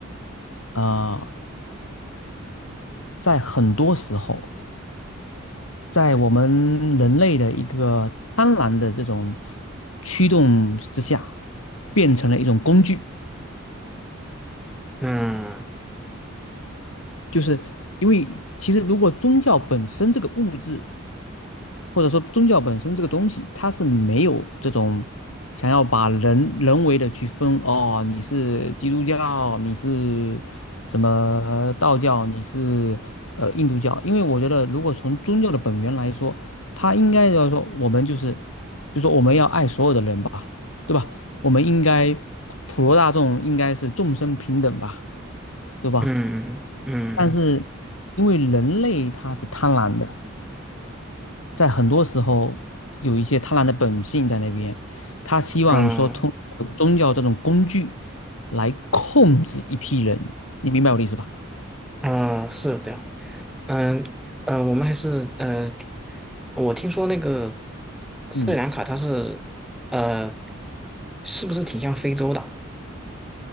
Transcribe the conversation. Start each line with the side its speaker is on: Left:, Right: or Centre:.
Left: 呃，在很多时候，在我们人类的一个贪婪的这种驱动之下，变成了一种工具。
Centre: 嗯
Left: 就是因为其实如果宗教本身这个物质或者说宗教本身这个东西，它是没有这种想要把人人为的去分哦，你是基督教，你是什么道教，你是呃印度教，因为我觉得如果从宗教的本源来说，它应该要说我们就是就说我们要爱所有的人吧，对吧？我们应该普罗大众应该是众生平等吧，对吧？
Centre: 嗯嗯嗯
Left: 但嗯是因为人类他是贪婪的。在很多时候有一些贪婪的本性在那边，他希望说通过宗教这种工具
Centre: 嗯
Left: 来控制一批人，你明白我的意思吧？
Centre: 嗯，啊，是有这样。嗯嗯，我们还是呃，我听说那个斯里兰卡它是呃，
Left: 嗯，
Centre: 是不是挺像非洲的？